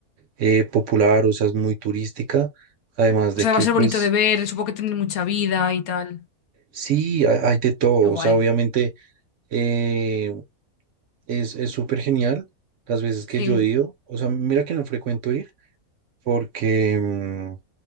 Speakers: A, on the right (about 65°); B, on the left (about 75°).
A: eh, popular, o sea, es muy turística. Además de
B: O sea,
A: que,
B: va a ser
A: pues,
B: bonito de ver, supongo que tiene mucha vida y tal.
A: sí, ha- hay de todo.
B: Qué
A: O
B: guay.
A: sea, obviamente eh, es, es súper genial las veces que
B: Sí.
A: yo he ido. O sea, mira que no frecuento ir porque, mm,